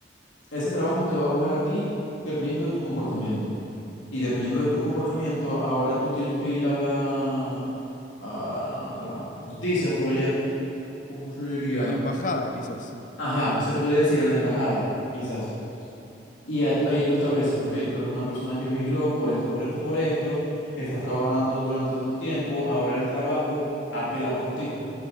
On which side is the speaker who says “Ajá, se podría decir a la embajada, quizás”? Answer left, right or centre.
Left